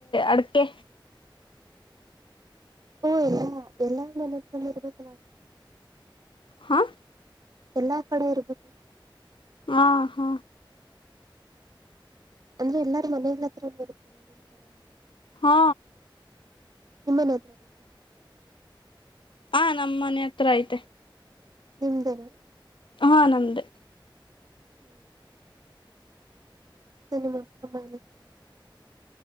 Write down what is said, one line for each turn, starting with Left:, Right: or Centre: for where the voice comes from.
Left: ಅಡ್ಕೆ
Right: ಓ ಎಲ್ಲಾ ಎಲ್ಲಾರ ಮನೆಹತ್ರ ಇರ್ಬೇಕಲ್ಲ
Left: ಹಾ
Right: ಎಲ್ಲಾ ಕಡೆ ಇರ್ಬೇಕಲಾ
Left: ಆ ಹಾ
Right: ಅಂದ್ರೆ ಎಲ್ಲಾರ ಮನೆಲ್ ಹತ್ರ ಇರುತ್ತಲ್ಲ ನಿಮ್ ಕಡೆ.
Left: ಹಾ
Right: ನಿಮ್ಮನೆೇ ಹತ್ರನು ಐತ
Left: ಹಾ ನಮ್ಮ ಮನೆ ಹತ್ರ ಐತೆ
Right: ನಿಮ್ದೇನೆ
Left: ಹ ನಮ್ದೆ.
Right: ಹ್ಮ್ ಮತ್ತೆ ನಿಮ್ಮ ಅಪ್ಪ ಅಮ್ಮ ಎಲ್ಲಾ ಚನ್ನಾಗಿದರ